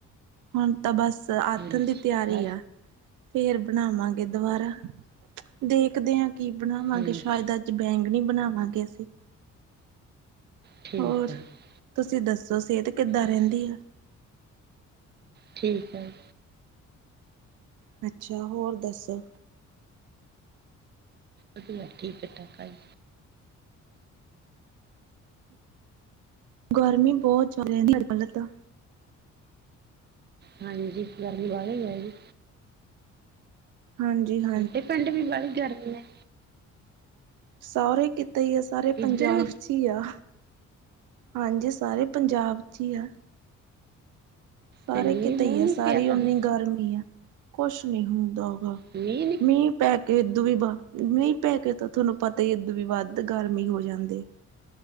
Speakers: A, on the right; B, on the right.
A: ਹੁਣ ਤਾਂ ਬਸ ਆਠਣ
B: ਹਾਂਜੀ
A: ਦੀ ਤਿਆਰੀ
B: ਖਾ
A: ਆ। ਫੇਰ ਬਣਾਵਾਂਗੇ ਦੁਬਾਰਾ ਦੇਖਦੇ ਆਂ ਕੀ ਬਣਾਵਾਂਗੇ,
B: ਹਾਂਜੀ
A: ਸ਼ਾਇਦ ਅੱਜ ਤੇ ਬੈਂਗਣ ਈ ਬਣਾਵਾਂਗੇ ਅਸੀ।
B: ਠੀਕ
A: ਹੋਰ
B: ਆ ਜੀ
A: ਤੁਸੀਂ ਦੱਸੋ ਸੇਹਤ ਕਿੱਦਾਂ ਰਹਿੰਦੀ
B: ਬਸ
A: ਆ।
B: ਠੀਕ ਹੈ ਜ
A: ਅੱਛਾ ਹੋਰ ਦੱਸੋ।
B: ਵਧੀਆ ਠੀਕ ਠਾਕ ਆ ਜੀ
A: ਗਰਮੀ ਬਹੁਤ ਚੱਲਦੀ ਹਾਲੇ ਤਾਂ।
B: ਹਾਂਜੀ ਗਰਮੀ ਵਾਲੀ ਹੈਗੀ।
A: ਹਾਂਜੀ ਹਾ
B: ਉਥੇ ਪਿੰਡ ਵੀ ਵਾਲੀ ਗਰਮੀ ਹੈ।
A: ਸਾਰੇ ਕਿੱਤੇ ਹੀ ਹੈ ਸਾਰੇ
B: ਇੱਧਰ
A: ਪੰਜਾਬ
B: ਵੀ
A: ਹੀ ਆ ਹਾਂਜੀ ਸਾਰੇ ਪੰਜਾਬ 'ਚ ਹੀ ਆ ਸਾਰੇ
B: ਤੇ ਮੀਂਹ
A: ਕਿਤੇ
B: ਮੂੰਹ
A: ਈ
B: ਨਹੀਂ
A: ਐ, ਸਾਰੀ
B: ਪਿਆ ਕਦੇ
A: ਓਨੀ ਗਰਮੀ ਆ ਕੁਛ ਨੀ ਹੁੰਦਾ ਹੂਗਾ।
B: ਨੀ ਨੀ
A: ਮੀਂਹ ਪੈ ਕੇ ਏਦੂ ਵੀ ਬਾ ਮੀਹ ਪੈ ਕੇ ਤਾਂ ਥੋਨੂੰ ਪਤਾ ਈ ਏ ਏਦੂ ਵੀ ਵੱਧ ਗਰਮੀ ਹੋ ਜਾਂਦੀ।